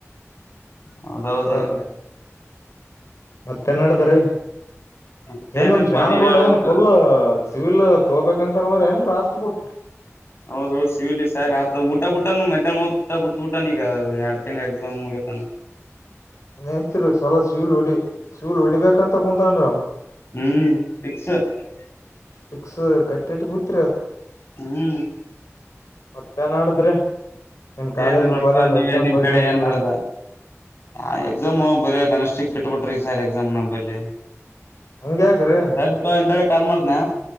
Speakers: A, on the left; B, on the left.
A: ಹೌದ ಹೌದ
B: ಅದೇ ಹಂಗ ಮತ್ತೆ ನಡಿದ್ರಿ
A: ಮತ್ತೇನಿಲ್ಪಾ
B: ಏನ್ ಶ್ಯಾಣಗೋಡ
A: ನೀವ್ ಹೇಳ್ಬೇಕ
B: ಏನ್ ಫುಲ್ ಸಿವಿಲ್ ತೋಬೇಕಂತ ಹರ ಏನ್ ರಾಷ್ಟಟ್ ಬುಟ್
A: ಹೌದೌದ್ ಸಿ ವಿಲಿ ಸಾಯ ಆತ ಊಟ ಬಿಟನು ಮಧ್ಯಾಹ್ನ ಹೊತ್ತು ಊಟ ಬಿಟ್ ಬೂಟಾನ ಈಗ ಎರಡು ತಿಂಗಳಾಯಿತು ಮುಗತಾನ
B: ಇತ್ರಿ ಸಲ ಶಿವಲ್ ಹೊಡಿ ಶಿವಲ್ ಹೊಡಿಬೇಕಂತ ಕುೂಂತನರೀ ಅವಾ
A: ಹ್ಮ್ <inaudible>
B: ಫಿಕ್ಸ್ ಕಟ್ಟಿಟ್ಟ ಬೂತ್ರಿ ಅದ
A: ಹ್ಮ್
B: ಮತ್ತ ಏನ್ ನಡದ್ರಿ ಏನ್ ಕಾಲೇಜ್
A: ಏನಿಲ್ಲಪ್ಪ
B: ಪಾಲೇಜ್
A: ನೀವ
B: ಎಕ್ಸಾಮ್
A: ನಿಮ್
B: ಪಕ್ಸಾಮ್
A: ಕಡೆ ಏನ್
B: ಹೋಗ್ರಿ
A: ನಡ್ದ ಆ ಎಕ್ಸಾಮ್ ಬರೆಯಾಕನಿಕ್ ಸ್ಟಿಕ್ ಇಟ್ಟುಬಿಟ್ಟರೆ ಈ ಸಾರಿ ಎಕ್ಸಾಮ್ ನಂಬಲ್ಲಿ
B: ಹಂಗ್ಯಾಕ್ರಿ
A: ಹ ಸರಿ ಹಿಂದಳೆ ಕಾಲ್ ಮಾಡತನ